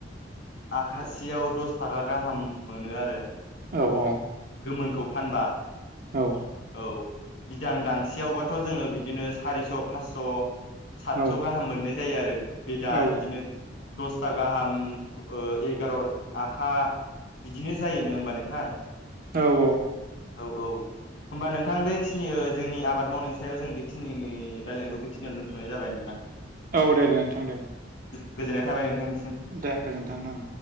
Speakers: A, on the left; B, on the right.
A: आखासेयाव दस थाखा गाहाम मोनो आरो।
B: औ औ
A: गोमोनखौ फानबा
B: औ
A: औ। बिदां दांसेयावबाथ' जोङो बिदिनो सारिस' फासस' सातस'
B: औ
A: गाहाम मोननाय जायो आरो। बे दा
B: औ
A: बिदिनो दस था गाहाम एगार' आखा बिदिनो जायोनो होमबा नोंथां।
B: औ औ।
A: औ औ। होमबा नोंथां बेखिनि ओ जोंनि आबाद मावनायनि सायाव जों बेखिनि रायलायनायखौ बेखिनियाव दोन्थ'नाय जाबाय नोंथां।
B: औ दे दे नोंथां दे औ।
A: गोजोननाय थाबाय नोंथांनिसि
B: दे गोजोनथों।